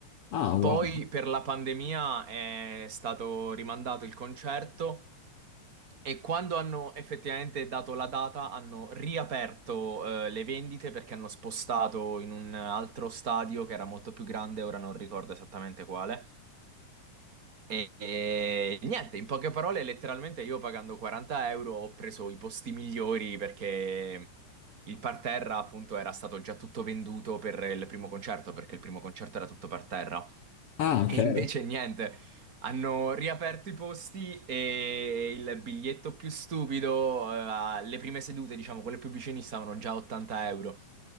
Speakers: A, on the left (about 85°); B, on the right (about 35°).
A: Ah, wow.
B: Poi per la pandemia è stato rimandato il concerto e quando hanno effettivamente dato la data hanno riaperto eh, le vendite perché hanno spostato in un altro stadio che era molto più grande, ora non ricordo esattamente quale. E, e niente, in poche parole, letteralmente io pagando 40 euro ho preso i posti migliori perché il parterra appunto era stato già tutto venduto per il primo concerto, perché il primo concerto era tutto parterra.
A: Ah,
B: E
A: ok.
B: invece niente, hanno riaperto i posti e il biglietto più stupido, eh, alle prime sedute, diciamo, quelle più vicine, stavano già a 80 euro.